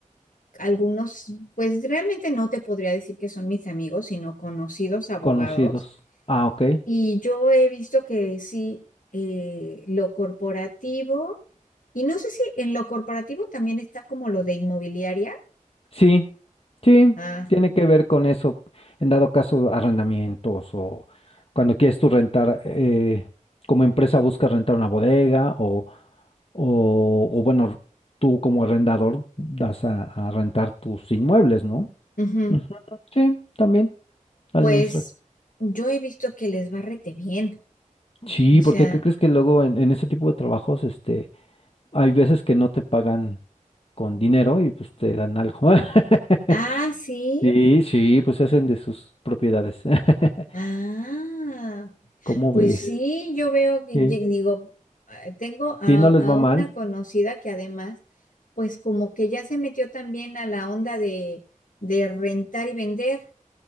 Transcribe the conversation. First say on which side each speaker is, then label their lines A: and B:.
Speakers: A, on the left (about 80°); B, on the left (about 45°).
A: algunos, pues realmente no te podría decir que son mis amigos, sino conocidos abogados.
B: Conocidos. Ah, ok.
A: Y yo he visto que sí, eh, lo corporativo, y no sé si en lo corporativo también está como lo de inmobiliaria. Sí.
B: Sí, sí,
A: Ah,
B: tiene que ver con eso, en dado caso arrendamientos o cuando quieres tú rentar, eh, como empresa buscas rentar una bodega o, o, o bueno, tú como arrendador das a, a rentar tus inmuebles, ¿no?
A: ujú.
B: Ujú, Sí, también administra.
A: Pues yo he visto que les va rete bien.
B: Sí,
A: O sea,
B: porque ¿qué crees que luego en, en ese tipo de trabajos, este, hay veces que no te pagan con dinero y pues te dan algo? <laughs>
A: ah, sí.
B: Sí, sí, pues se hacen de sus propiedades. <laughs>
A: Ah.
B: ¿Cómo
A: Pues
B: ves?
A: sí, yo veo que,
B: Sí.
A: que digo, ah, tengo a,
B: Sí, no
A: a
B: les va
A: una
B: mal.
A: conocida que además, pues como que ya se metió también a la onda de, de rentar y vender.